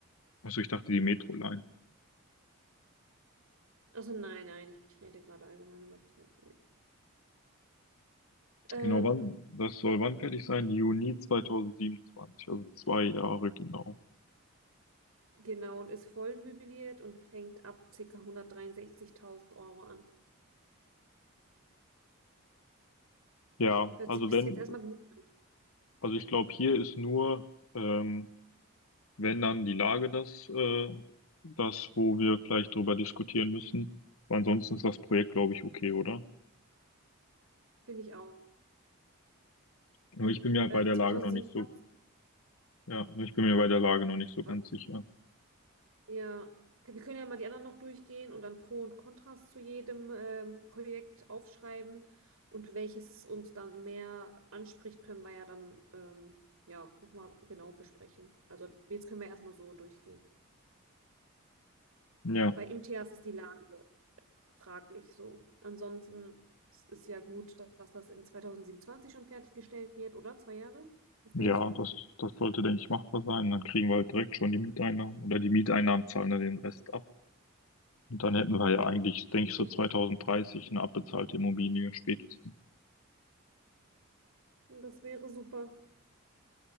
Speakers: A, on the left; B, on the right.
A: Achso, ich dachte die Metro-Line.
B: Also nein, nein, ich rede gerade allgemein über das Projekt. Nee. Ähm,
A: Genau, wann, das soll wann fertig sein? Juni 2027, also zwei Jahre genau.
B: genau, und ist voll möbliert und fängt ab ca. 163.000 Euro an.
A: Ja,
B: Hört
A: also
B: sich bis
A: wenn,
B: jetzt erstmal gut an,
A: also ich glaube, hier ist nur, ähm, wenn dann die Lage das, äh, das, wo wir vielleicht drüber diskutieren müssen. Aber ansonsten ist das Projekt, glaube ich, okay, oder?
B: finde ich auch.
A: Nur ich bin mir
B: Äh,
A: bei der
B: 2027,
A: Lage noch nicht so, ja, nur ich bin mir bei der Lage noch nicht so ganz
B: äh,
A: sicher.
B: ja, wir können ja mal die anderen noch durchgehen und dann Pro und Kontras zu jedem ähm, Projekt aufschreiben und welches uns dann mehr anspricht, können wir ja dann ähm, ja, nochmal genau besprechen. Also jetzt können wir erstmal so durchgehen.
A: Ja,
B: Bei MTAs ist die Lage. fraglich so. Ansonsten es ist ja gut, dass das in 2027 schon fertiggestellt wird, oder? Zwei Jahre? Was
A: ja,
B: denkst du?
A: das, das sollte, denke ich, machbar sein. Dann kriegen wir halt direkt schon die Mieteinnahmen oder die Mieteinnahmen zahlen dann den Rest ab. Und dann hätten wir ja eigentlich, denke ich, so
B: Ja.
A: 2030 eine abbezahlte Immobilie spätestens.
B: Das wäre super.